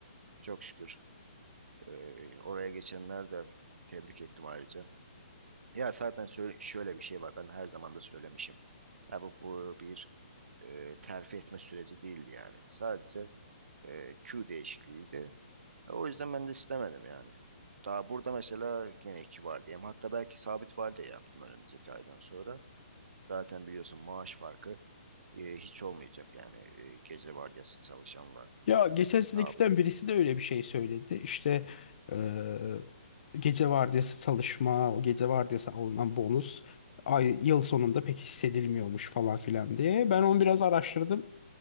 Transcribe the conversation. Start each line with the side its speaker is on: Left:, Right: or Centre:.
Right: çok şükür. Ee, oraya geçenler de tebrik ettim ayrıca. Ya zaten söyle- şöyle bir şey var ben her zaman da söylemişim. Ya bu, bu bir e, terfi etme süreci değildi yani. Sadece e, Q değişikliğiydi. E, o yüzden ben de istemedim yani. Daha burada mesela gene iki var diyeyim. Hatta belki sabit var diye yaptım önümüzdeki aydan sonra. Zaten biliyorsun maaş farkı E, hiç olmayacak yani e, gece vardiyası çalışanlar
Left: Ya geçen
Right: e,
Left: sizin
Right: sabit.
Left: ekipten birisi de öyle bir şey söyledi. İşte eee, gece vardiyası çalışma, o gece vardiyası alınan bonus ay, yıl sonunda pek hissedilmiyormuş falan filan diye. Ben onu biraz araştırdım.